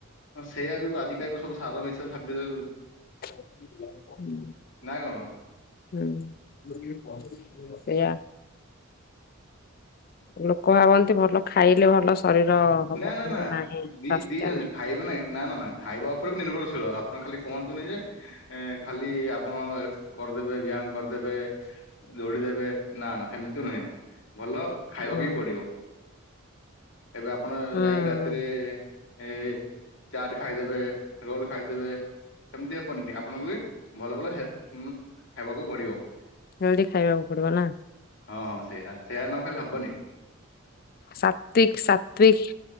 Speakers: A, on the left (about 60°); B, on the left (about 45°).
A: ହଁ ସେଇଆା ବି ଆଜି କାଲି ସବୁ ସାର ମିଶା ଖାଦ୍ୟ ଦେ
B: ହୁଁ
A: ନା କଣ?
B: ହୁଁ। ସେଇଆ, ଲୋକ ଭାବନ୍ତି ଭଲ ଖାଇଲେ ଭଲ ଶରୀର ହବ
A: ନା-ନା-ନା
B: କିନ୍ତୁ ନାହିଁ
A: ଦି
B: ସ୍ୱାସ୍ଥ୍ୟ
A: ଦିଜନଜାଙ୍କ
B: ନାହିଁ।
A: ଖାଇବେ ନାଇଁ ନା-ନା-ନା ଖାଇବା ଉପରେ ବି ନିର୍ଭର <inaudible> ଆପଣ ଖାଲି କୁହନ୍ତୁନି ଯେ, ଏଁ ଖାଲି ଆପଣ କରିଦେବେ ବ୍ୟାୟାମ କରିଦେବେ ଦୌଡିଦେବେ, ନା-ନା ସେମ୍ ତି ନୁହେଁ, ଭଲ ଖାଇବାବି
B: ହୁଁ
A: ପଡିବ ଏବେ ଆପ୍ ଆପଣ
B: ହୁଁ
A: ଯାଇକି ରାତିରେଏ-ଏ ଚାଟ୍ ଖାଇଦେବେ, ରୋଲ୍ ଖାଇଦେବେ ସେମତି ହେବନି ଆପଣଙ୍କୁ ବି ଭଲ ଭଲ ହେ ଉଁ ଖାଇବାକୁ ପଡିବ।
B: ହେଲଦି ଖାଇବାକୁ ପଡିବ ନା?
A: ହଁ-ହଁ ସେଇୟା, ସେଇଆ ନ କଲେ ହବନି।
B: ସାତ୍ତ୍ଵିକ ସାତ୍ତ୍ଵିକ